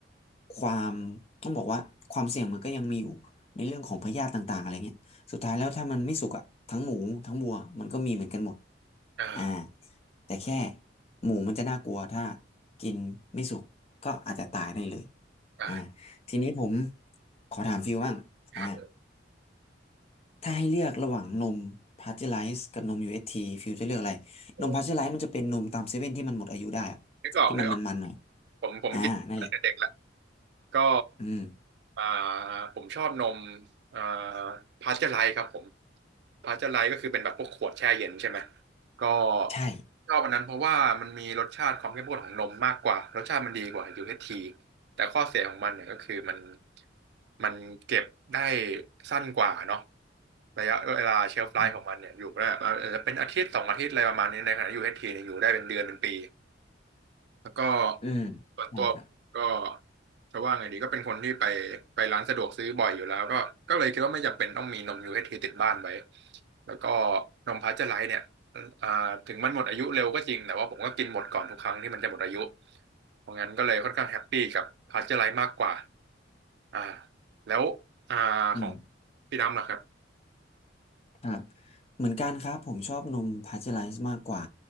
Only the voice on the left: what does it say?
ความต้องบอกว่าความเสี่ยงมันก็ยังมีอยู่ในเรื่องของพยาธิต่างๆอะไรเงี้ยสุดท้ายแล้วถ้ามันไม่สุกอะทั้งหมูทั้งวัวมันก็มีเหมือนกันหมด
อ่าแต่แค่หมูมันจะน่ากลัวถ้ากินไม่สุกก็อาจจะตายได้เลย
อ่าทีนี้ผมขอถามฟิวบ้างอ่า
ถ้าให้เลือกระหว่างนมพาสเจอไรซ์กับนม u ท t ฟิวจะเลือกอะไรนมพาสเจอไรซ์มันจะเป็นนมตามเซเว่นที่มันหมดอายุได้อะที่มันมันๆหน่อย
อ่านั่นแหละ
อืม
ใช่
อืม
อืมใช่ครับ
อืม
ครับเหมือนกันครับผมชอบนมพาสเจอไรซ์มากกว่า